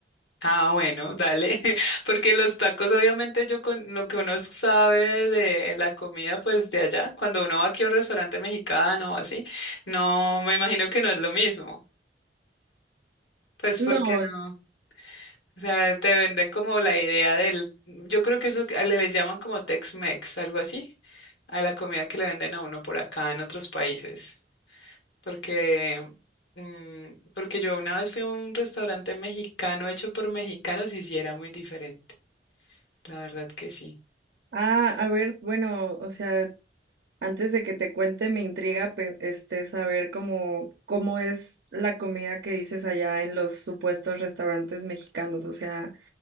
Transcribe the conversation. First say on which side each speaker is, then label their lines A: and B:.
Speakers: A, on the left; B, on the right.
A: Ah, bueno, dale. <laughs> Porque los tacos, obviamente, yo con lo que uno sabe de la comida, pues de allá, cuando uno va aquí a un restaurante mexicano o así, no, me imagino que no es lo mismo. Pues
B: No,
A: porque no. O sea, te venden como la idea del, yo creo que eso que le, le llaman como Tex-Mex, algo así, a la comida que le venden a uno por acá en otros países. porque, mm, porque yo una vez fui a un restaurante mexicano hecho por mexicanos y sí era muy diferente, la verdad que sí.
B: ah, a ver, bueno, o sea, antes de que te cuente, me intriga pe- este saber cómo, cómo es la comida que dices allá en los supuestos restaurantes mexicanos. O sea,